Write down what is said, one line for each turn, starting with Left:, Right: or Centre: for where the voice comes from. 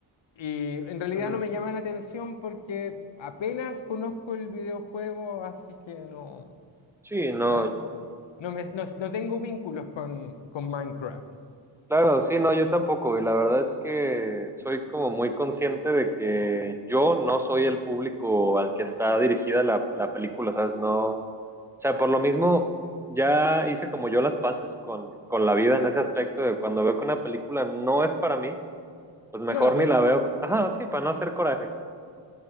Left: Y en realidad
Centre: ujú.
Left: no me llama la atención porque apenas conozco el videojuego, así que no,
Centre: Sí, no,
Left: no, no, me- no- no tengo vínculos con, con Minecraft.
Centre: Claro, sí, no, yo tampoco, y la verdad es que soy como muy consciente de que yo no soy el público al que está dirigida la, la película, ¿sabes? No, o sea, por lo mismo, ya hice como yo las paces con, con la vida en ese aspecto de cuando veo que una película no es para mí, pues mejor
Left: ¿No la ves?
Centre: ni la veo. Ajá, sí, para no hacer corajes.